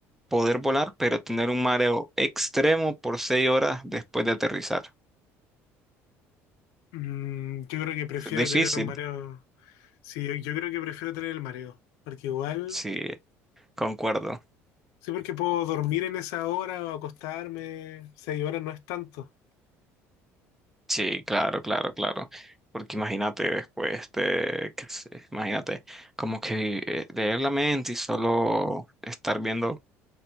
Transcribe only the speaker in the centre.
poder volar, pero tener un mareo extremo por seis horas después de aterrizar.
Es difícil,
sí, concuerdo.
Sí, claro, claro, claro. Porque imagínate después de, qué sé, imagínate, como que eh, leer la mente y solo estar viendo